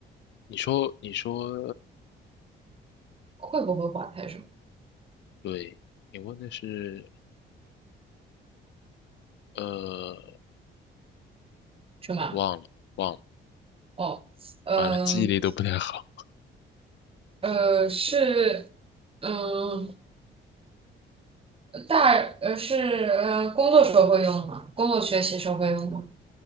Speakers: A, on the left; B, on the right.
A: 你说你说，
B: 会不会滑太深？
A: 对，你问的是呃，
B: 是吗？
A: 忘了忘了，
B: 哦，嗯
A: 完了，记忆力都不太好。
B: 呃，是嗯大呃是呃工作时候会用吗？工作学习时候会用吗？